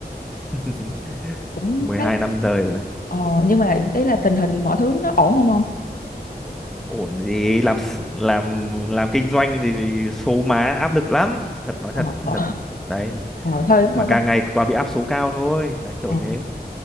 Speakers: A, in the centre; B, on the left (about 55°).
A: <laughs>
B: cũng
A: 12
B: khá là.
A: năm rời rồi.
B: Ờ, nhưng mà ý là tình hình mọi thứ nó ổn không ông?
A: Ổn gì làm s- làm làm kinh doanh thì, thì số má áp lực lắm, thật nói
B: Ờ,
A: thật, nói
B: ờ,
A: thật. Đấy,
B: ờ, <laughs> thôi
A: mà
B: thôi
A: càng
B: con.
A: ngày toàn bị áp số cao thôi, đấy kiểu
B: À,
A: thế.